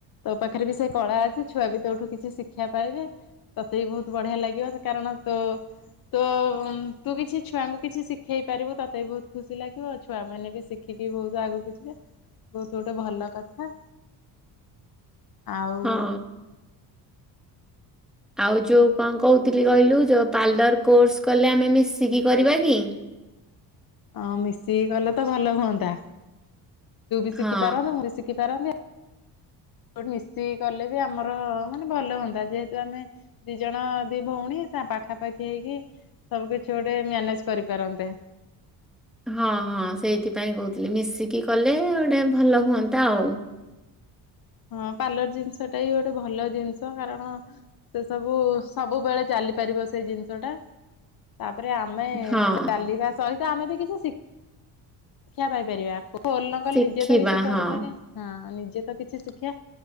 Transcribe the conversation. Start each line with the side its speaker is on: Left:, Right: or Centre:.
Left: ତୋ ପାଖେରେ ବି ସେ କଳା ଅଛି ଛୁଆ ବି ତୋଠୁ କିଛି ଶିକ୍ଷା ପାଇବେ। ତତେ ବି ବହୁତ୍ ବଢିଆ ଲାଗିବ କାରଣ ତୋ। ତୋ ତୁ କିଛି ଛୁଆଙ୍କୁ କିଛି ଶିଖେଇ ପାରିବୁ ତତେ ବି ବହୁତ୍ ଖୁସି ଲାଗିବ ଆଉ ଛୁଆମାନେ ବି ଶି ଖିକି ବହୁତ୍ ଆଗୁକୁ ଯିବେ ବହୁତୁ ଗୋଟେ ଭଲ କ ଥା ଆଉ।
Centre: ହଁ ଆଉ ଯୋଉ କଣ କହୁଥିଲି କହିଲୁ ଯୋ ପାର୍ଲର କୋର୍ସ କଲେ ଆମେ ମିଶିକି କରିବା କି?
Left: ଅଁ ମିଶିକି କଲେ ତ ଭଲ ହୁଅନ୍ତା। ତୁ ବି ଶିଖି
Centre: ହଁ
Left: ପାରନ୍ତୁ ମୁଁ ବି ଶିଖି ପାରନ୍ତି
Centre: <inaudible>
Left: ଆ। ଠ ମିଶିକି କଲେ ବି ଆମର ମାନେ ଭଲ ହୁଅନ୍ତା ଯେହେତୁ ଆମେ ଦି ଜଣ ଦି ଭଉଣୀ ପାଖାପାଖି ହେଇକି ସବୁ କିଛି ଗୋଟେ ମ୍ୟାନେଜ କରିପାରନ୍ତେ।
Centre: ହଁ ହଁ ସେଇଥିପାଇଁ କହୁଥିଲି ମିଶିକି କଲେ ଗୋଟେ ଭଲ ହୁଅନ୍ତା ଆଉ।
Left: ହଁ ପାର୍ଲର ଜିନିଷଟା ବି ଗୋଟେ ଭଲ ଜିନିଷ କାରଣ ସେ ସବୁ ସବୁବେଳେ ଚାଲିପାରିବ ସେଇ ଜିନିଷଟା। ତାପରେ ଆମେ
Centre: ହଁ
Left: ଚାଲିବା ସହିତ ଆମେ ବି କିଛି ଶିକ୍ଷା ପାଇପାରିବା। <unintelligible>
Centre: ଶିଖିବା
Left: ନିଜେ ତ କିଛି କରିପାରେ
Centre: ହଁ
Left: ହଁ ନିଜେ ତ କିଛି ଶିଖିବା